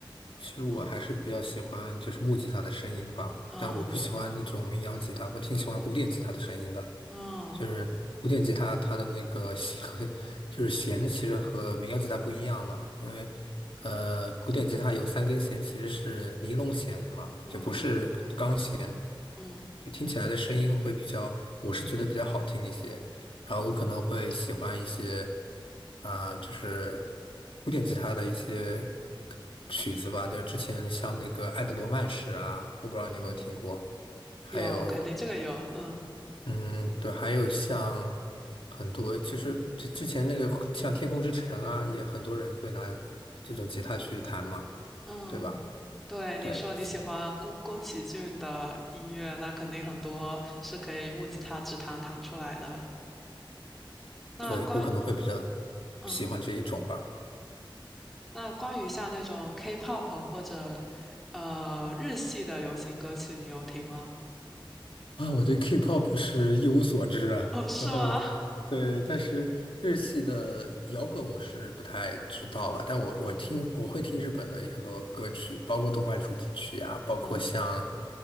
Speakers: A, on the left; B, in the centre.
A: 其实我还是比较喜欢就是木吉他的声音吧，
B: 嗯嗯
A: 但我不喜欢那种民谣吉他，我挺喜欢古典吉他的声音的。
B: 嗯
A: 就是古典吉他，它的那个弦和就是弦其实和民谣吉他不一样嘛，因为呃，古典吉他有三根弦其实是尼龙弦嘛，
B: 嗯
A: 就不是钢弦，
B: 嗯
A: 就听起来的声音会比较，我是觉得比较好听一些。然后我可能会喜欢一些啊、就是古典吉他的一些曲子吧，就之前像那个《爱的罗曼史》啊，我不知道你有没有听过，
B: 嗯，
A: 还有
B: 有，肯定这个有，嗯。
A: 嗯，对，还有像很多，其实之之前那个像《天空之城》啊，也很多人会拿这种吉他去弹嘛，
B: 嗯，
A: 对吧？
B: 对，你说你喜欢宫宫崎骏的音乐，
A: 对，
B: 那肯定很多是可以木吉他指弹弹出来的。那关于嗯
A: 对，我可能会比较
B: 嗯，
A: 喜欢这一种吧。
B: 那关于像那种 K-pop 或者呃日系的流行歌曲，你有听吗？
A: 啊，我对 K-pop 是一无所知啊，
B: 哦，是吗？
A: 然后对，但是日系的摇滚我是不太知道吧，但我我听我会听日本的很多歌曲，
B: 嗯
A: 包括动漫主题曲啊，包括像
B: 嗯，